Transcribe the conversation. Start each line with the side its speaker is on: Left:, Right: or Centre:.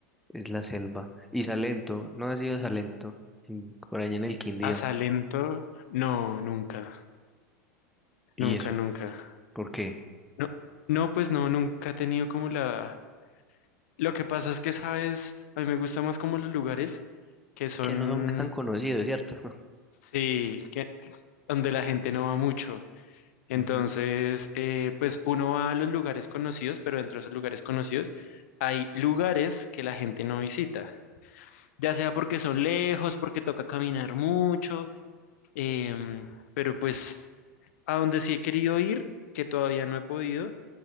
Centre: Es la selva. Y Salento, no ha sido Salento. en- por allá en el Quindío.
Left: A Salento, no, nunca,
Centre: ¿Y
Left: nunca,
Centre: eso?
Left: nunca.
Centre: ¿Por qué?
Left: No, no, pues no, nunca he tenido como la... Lo que pasa es que, sabes, a mí me gusta más como los lugares que son,
Centre: que no son tan conocidos, ¿cierto? <laughs>
Left: sí, que, donde la gente no va mucho. Entonces,
Centre: Ujú.
Left: eh, pues uno va a los lugares conocidos, pero dentro de esos lugares conocidos hay lugares que la gente no visita, ya sea porque son lejos, porque toca caminar mucho, em, pero pues a donde sí he querido ir, que todavía no he podido,